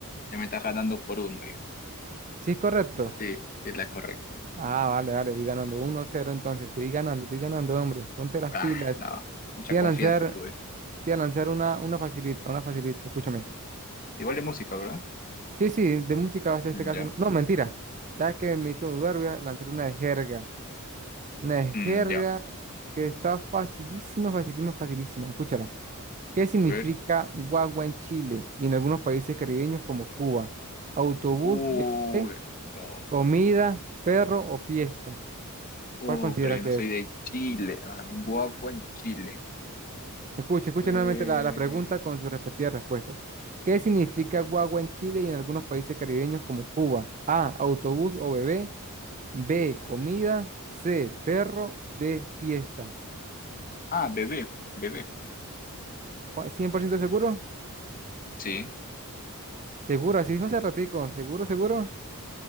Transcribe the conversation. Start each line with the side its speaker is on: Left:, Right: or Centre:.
Left: ya me estás ganando por uno ya.
Right: Sí, es correcto.
Left: Sí, es la correcta.
Right: Ah, vale, vale, voy ganando 1 cero, entonces, estoy ganando, estoy ganando, hombre, ponte las
Left: Ah,
Right: pilas.
Left: no. Mucha
Right: Te voy
Left: confianza
Right: a lanzar,
Left: tuve.
Right: te voy a lanzar una, una facilita, una facilita, escúchame.
Left: Igual de música, ¿verdad?
Right: Sí, sí, de música va a ser este
Left: Mm,
Right: caso.
Left: ya.
Right: No, no, mentira, ya que me hizo dudar, voy a lanzar una de jerga, una de
Left: Mm,
Right: jerga
Left: ya.
Right: que está facilísima, facilísima, facilísima, escúchala. ¿Qué significa
Left: A ver.
Right: guagua en Chile y en algunos países caribeños como Cuba? Autobús,
Left: Uy,
Right: bebé,
Left: no.
Right: comida, perro o fiesta.
Left: Uh,
Right: ¿Cuál considera
Left: pero yo
Right: que
Left: no soy
Right: es?
Left: de Chile. Ay, guagua en Chile.
Right: Escuche, escuche
Left: Eh...
Right: nuevamente la, la pregunta con sus respectivas respuestas. ¿Qué significa guagua en Chile y en algunos países caribeños como Cuba? A, autobús o bebé. B, comida. C, perro. D, fiesta.
Left: Ah, bebé. Bebé.
Right: ¿Cu- ¿cien por ciento seguro?
Left: Sí.
Right: Seguro, así dijo hace ratico. ¿Seguro, seguro?